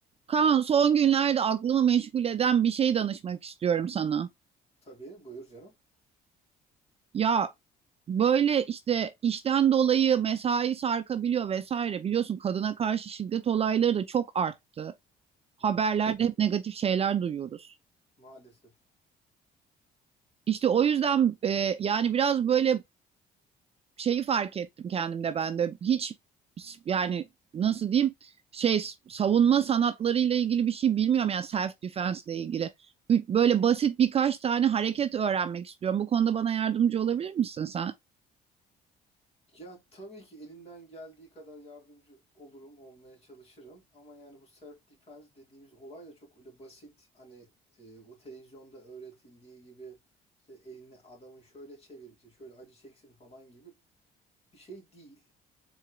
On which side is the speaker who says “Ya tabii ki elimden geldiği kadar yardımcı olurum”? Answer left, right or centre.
Left